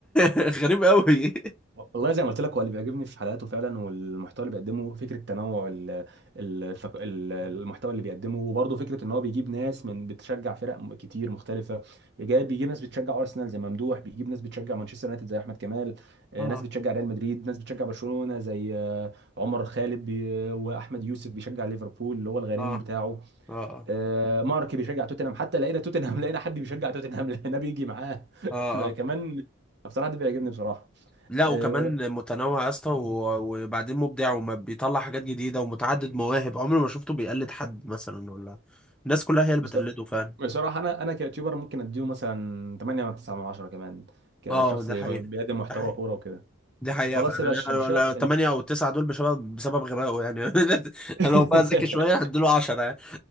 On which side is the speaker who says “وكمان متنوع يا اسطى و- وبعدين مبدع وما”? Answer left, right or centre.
Centre